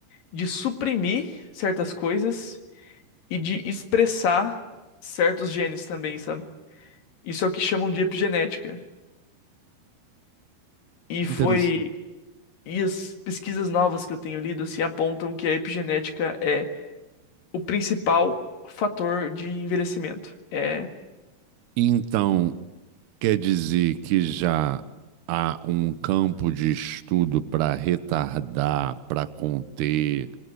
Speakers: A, on the left; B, on the right.
A: de suprimir certas coisas e de expressar certos genes também, sabe? Isso é o que chamam de epigenética. E foi
B: Interessante.
A: E as pesquisas novas que eu tenho lido se apontam que a epigenética é o principal fator de envelhecimento. É.
B: Então, quer dizer que já há um campo de estudo para retardar, para conter